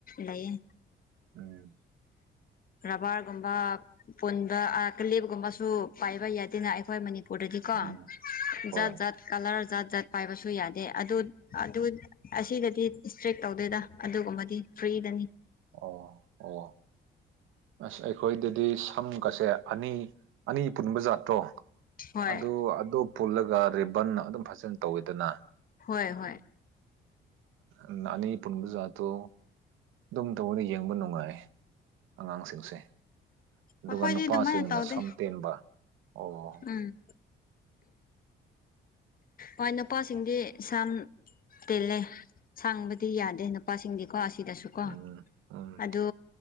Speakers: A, on the left; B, on the right.
A: ꯂꯩꯌꯦ
B: ꯎꯝ
A: ꯕꯥꯔꯒꯨꯝꯕ ꯄꯨꯟꯕ ꯀꯒꯨꯝꯕꯁꯨ ꯄꯥꯏꯕ ꯌꯥꯗꯦꯅ ꯑꯩꯈꯣꯏ ꯃꯅꯤꯄꯨꯔ ꯄꯗꯗꯤꯀꯣ
B: ꯎꯝ ꯍꯣꯏ
A: ꯖꯥꯠ ꯖꯥꯠ ꯀꯂꯔ ꯖꯥꯠ ꯖꯥꯠ ꯄꯥꯏꯕꯁꯨ ꯌꯥꯗꯦ ꯑꯗꯨ ꯑꯗꯨ ꯑꯁꯤꯗꯗꯤ ꯏꯁꯇ꯭ꯔꯤꯛ ꯇꯧꯗꯣꯏꯗ ꯑꯗꯨꯒꯨꯝꯕꯗꯤ ꯐ꯭ꯔꯤꯗꯅꯤ
B: ꯑꯣ ꯑꯣ ꯑꯁ ꯑꯩꯈꯣꯏꯗꯗꯤ ꯁꯝꯒꯁꯦ ꯑꯅꯤ ꯑꯅꯤ ꯄꯨꯟꯕ ꯖꯥꯠꯇꯣ
A: ꯍꯣꯏ
B: ꯑꯗꯨ ꯑꯗꯣ ꯄꯨꯜꯂꯒ ꯔꯤꯕꯟ ꯑꯗꯨꯝ ꯐꯖꯅ ꯇꯧꯋꯤꯗꯅ
A: ꯍꯣꯏ ꯍꯣꯏ
B: ꯎꯝ ꯑꯅꯤ ꯄꯨꯟꯕꯖꯥꯠꯗꯣ ꯑꯗꯨꯝ ꯇꯧꯕꯗ ꯌꯦꯡꯕ ꯅꯨꯡꯉꯥꯏꯔꯦ ꯑꯉꯥꯡꯁꯤꯡꯁꯦ ꯑꯗꯨꯒ
A: ꯃꯈꯣꯏꯗꯤ
B: ꯅꯨꯄꯥꯁꯤꯡꯅ
A: ꯑꯗꯨꯃꯥꯏꯅ ꯇꯧꯗꯦ
B: ꯁꯝ ꯇꯦꯟꯕ ꯑꯣ
A: ꯎꯝ ꯍꯣꯏ ꯅꯨꯄꯥꯁꯤꯡꯗꯤ ꯁꯝ ꯇꯦꯜꯂꯦ ꯁꯥꯡꯕꯗꯤ ꯌꯥꯗꯦ ꯅꯨꯄꯥꯁꯤꯡꯗꯤꯀꯣ ꯑꯁꯤꯗꯁꯨꯀꯣ
B: ꯎꯝ ꯎꯝ ꯎꯝ
A: ꯑꯗꯣ